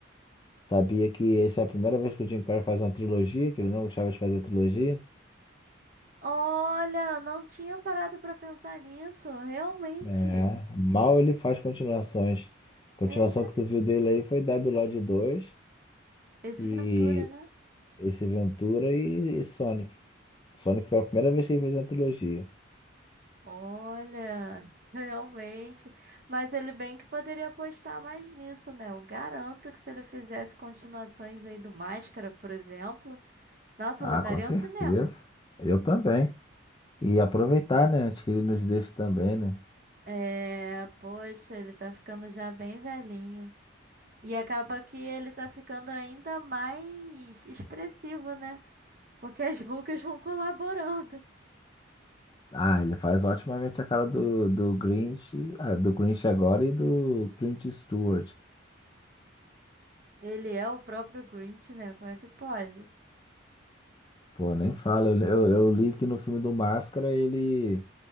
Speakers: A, on the left; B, on the right.
A: sabia que essa é a primeira vez que o Jim Carrey faz uma trilogia, que ele não gostava de fazer trilogia.
B: Olha, não tinha parado pra pensar nisso, realmente.
A: É, mal ele faz continuações. A Continuação
B: É,
A: que tu viu dele aí foi Debilode 2
B: esse
A: e
B: Ventura, né?
A: esse Ventura e, e Sonic. Sonic foi a primeira vez que ele fez uma trilogia.
B: Olha, <laughs> realmente. Mas ele bem que poderia apostar mais nisso, né? Eu garanto que se ele fizesse continuações aí do Máscara, por exemplo, nossa,
A: Ah,
B: lotariam
A: com certeza.
B: cinemas.
A: Eu também. E aproveitar, né? Antes que ele nos deixe também, né?
B: É, poxa, ele tá ficando já bem velhinho. E acaba que ele tá ficando ainda mais expressivo, né? Porque as rugas vão <laughs> colaborando.
A: Ah, ele faz otimamente a cara do, do Grinch, ah, do Grinch agora e do Clint Stewart.
B: Ele é o próprio Grinch, né? Como é que pode?
A: Pô, nem fala. Eu, eu, eu li que no filme do Máscara ele